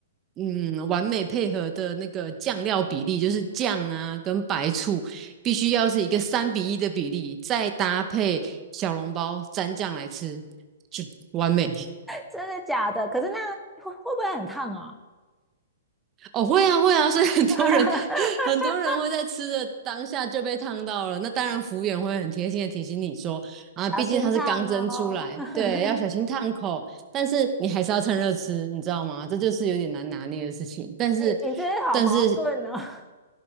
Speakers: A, on the right; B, in the centre.
A: 嗯，完美配合的那个酱料比例，就是酱啊跟白醋必须要是一个三比一的比例，再搭配小笼包蘸酱来吃，就完美。
B: 真的假的？可是那会会不会很烫啊？
A: 哦，会啊，会啊，<laughs> 所以很多人
B: <laughs>
A: <laughs> 很多人会在吃的当下就被烫到了。那当然，服务员会很贴心的提醒你说，啊，
B: 小心烫哦！
A: 毕竟它是刚蒸出来，
B: <laughs>
A: 对，要小心烫口。但是你还是要趁热吃，你知道吗？这就是有点难拿捏的事情。但是，
B: 你你真的好矛盾哦，
A: 但是，